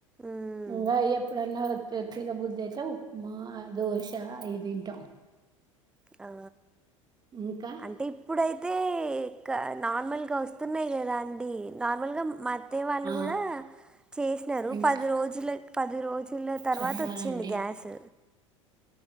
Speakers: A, in the centre; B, on the right.
A: మ్మ్.
B: ఇంగా ఎప్పుడన్నా వచ్చే తిన బుద్ది అయితే ఉప్మా, దోష అయి తింటం.
A: ఆ
B: ఇంకా
A: అంటే ఇప్పుడైతే క నార్మల్ గా వస్తున్నయి. లేదా అండి నార్మల్గా మా అత్తేయ వాళ్ళు
B: ఆ
A: కూడా చేసినరు
B: ఇంకా
A: పది రోజులకి పది రోజుల తర్వాత
B: చెప్పాలండి
A: వచ్చింది గ్యాస్.